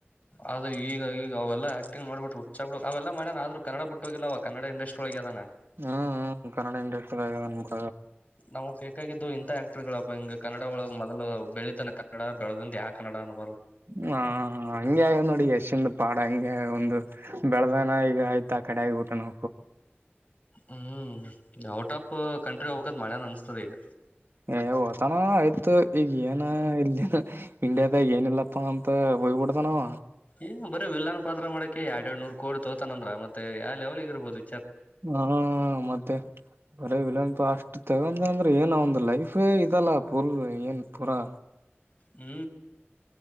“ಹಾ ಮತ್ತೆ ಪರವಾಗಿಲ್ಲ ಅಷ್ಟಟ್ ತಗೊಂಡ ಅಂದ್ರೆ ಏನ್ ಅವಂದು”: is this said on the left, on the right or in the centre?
Right